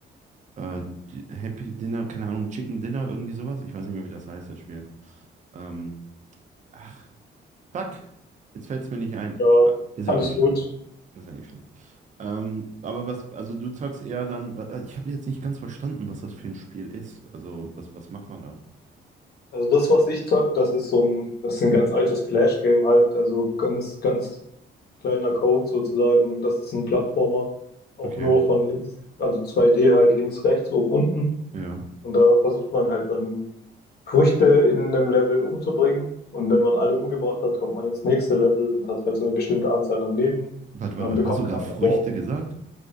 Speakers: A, on the right; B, on the left.
A: äh, die- Happy Dinner, keine Ahnung, Chicken Dinner, irgendwie sowas. Ich weiß nicht mehr, wie das heißt, das Spiel. Ähm, ach, fuck, jetzt fällt's mir nicht ein.
B: ja,
A: Ah, Ist
B: alles
A: ja auch nicht
B: gut.
A: schlimm. Ist ja nicht schlimm. Ähm, aber was, also du sagst eher dann, wa- ich habe jetzt nicht ganz verstanden, was das für ein Spiel ist. Also, was, was macht man da?
B: Also das, was ich zock, das ist so ein, das ist ein ganz altes Flash-Game halt, also ganz, ganz kleiner Code sozusagen. Das ist ein Plattformer, auch
A: Okay,
B: nur von links, also 2D halt links, rechts, oben, unten.
A: ja.
B: Und da versucht man halt dann Früchte in einem Level umzubringen. Und wenn man alle umgebracht hat, kommt man ins nächste Level und hat halt so eine bestimmte Anzahl an Leben,
A: Warte,
B: die
A: warte,
B: man
A: warte.
B: bekommen
A: Hast du gerade
B: kann.
A: Früchte
B: Aber
A: gesagt?